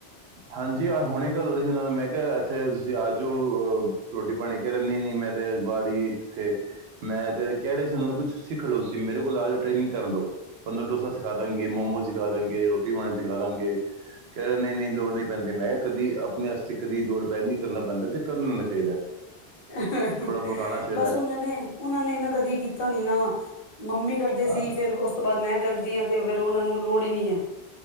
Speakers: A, on the right; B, on the left.
A: ਹਾਂਜੀ ਹੁਣੇ ਗੱਲ ਹੋ ਰਹੀ ਉਹਨਾਂ ਨਾਲ ਮੈਂ ਕਿਹਾ ਇੱਥੇ ਤੁਸੀਂ ਆ ਜਾਓ ਅਹ ਰੋਟੀ ਪਾਣੀ ਕਹਿ ਰਿਹਾ ਨਹੀਂ- ਨਹੀਂ ਮੇਰੇ ਅਜ ਵਾਰੀ ਏਥੇ ਮੈਂ ਤੇ ਕਹਿ ਰਹੇ ਸੀ ਉਹ ਕੁਛ ਸਿੱਖ ਲ ਸੀ ਮੇਰੇ ਕੋਲ ਆ ਜਾਓ ਟ੍ਰੇਨਿੰਗ ਕਰ ਲੋ। ਥਾਨੂੰ ਡੋਸਾ ਸਿਖਾ ਦਾਂਗੇ, ਮੋਮੋ ਸਿਖਾ ਦਾਂਗੇ, ਰੋਟੀ ਬਾਣੀ ਸਿਖਾ ਦਾਂਗੇ ਕ ਲੋੜ ਨਹੀਂ ਪੈਂਦੀ ਮੈਂ ਕਿਹਾ ਕਦੀ ਆਪਣੇ ਵਾਸਤੇ ਕਦੀ ਲੋੜ ਪੈ ਨ ਕਰਨਾ ਪੈਂਦਾ ਤੇ ਕਰ ਲੈਣਾ ਚਾਹੀਦਾ।
B: ਅ ਹਂ ਹਂ,
A: ਥੋੜਾ ਬਹੁਤ ਆਉਣਾ ਚਾਹੀਦਾ
B: ਬਸ ਉਹਨਾਂ ਨੇ ਉਹਨਾਂ ਨੇ ਨਾ ਕਦੀ ਕੀਤਾ ਨੀ ਨਾ। ਮੰਮੀ ਕਰਦੇ
A: ਹਾਂ
B: ਸੀ ਫਿਰ ਉਸ ਤੋਂ ਬਾਅਦ ਮੈਂ ਕਰਦੀ ਹਾਂ ਤੇ ਫੇਰ ਉਹਨਾਂ ਨੂੰ ਲੋੜ ਹੀ ਨਹੀਂ ਹੈ।